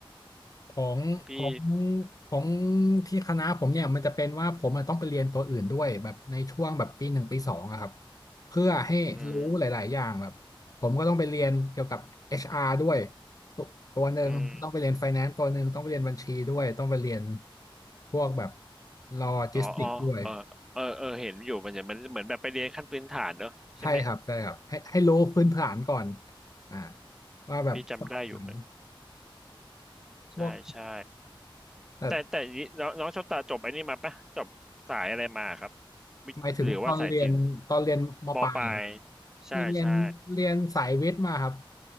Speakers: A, on the left; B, in the centre.
A: ของของ
B: ที่พี่
A: ของที่คณะผมเนี่ยมันจะเป็นว่าผมอะต้องไปเรียนตัวอื่นด้วยแบบในช่วงแบบปีหนึ่งปีสองอะครับเพื่อให้รู้หลายๆอย่างแบบผมก็ต้องไปเรียนเกี่ยวกับเอชอาร์ด้วย
B: อืม
A: ตัวตัวหนึ่งก็ต้องไปเรียน
B: อืม
A: Finance ตัวหนึ่งต้องไปเรียนบัญชีด้วยต้องไปเรียนพวกแบบโลจิสติ
B: อ๋ออ๋อเออเออเออเห็นอยู่มันจะมันเหมือนแบบไปเรียนขั้นพื้นฐานเนอะใช่ไหม
A: c ด้วย ใช่ครับใช่ครับให้ให้รู้พื้นฐานก่อนอ่าว่าแบบสมัย
B: พี่จำได้อยู่เหมือนใช่ใช่
A: พวกแต่
B: แต่แต่นี้น้องน้องโชอบตาจบไอ้นี่มาปะจบสายอะไรมาครับวิทย์หรือว่าสายศิลป์
A: หมายถึงตอนเรียนตอนเรียนมปลายเหรอครับ
B: มปลายใช่ใช่
A: เรียนเรียนสายวิทย์มาครับ